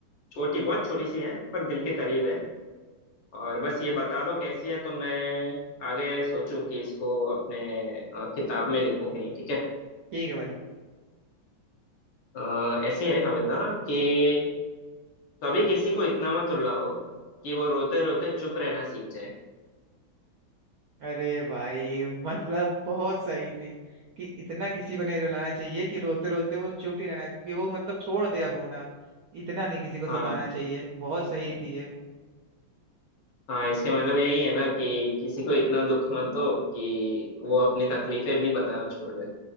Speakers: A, on the left (about 65°); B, on the right (about 75°).
A: छोटी बहुत छोटी सी है पर दिल के करीब है और बस ये बता दो कैसी है तो मैं आगे सोचूं कि इसको अपने अ, किताब में लिखूं कि नहीं ठीक है
B: ठीक है भाई
A: अ, ऐसी है कविता कि कभी किसी को इतना मत रुलाओ कि वो रोते रोते चुप रहना सीख जाए
B: अरे भाई मतलब बहुत सही थी कि इतना किसी को नहीं रुलाना चाहिए कि रोते रोते वो चुप ही रहना कि वो मतलब छोड़ दे अब रोना इतना नहीं किसी को सताना
A: हाँ
B: चाहिए बहुत सही थी ये
A: हाँ इसके मतलब यही है ना कि किसी को इतना दुख मत दो कि वो अपनी तकलीफें भी बताना छोड़ दे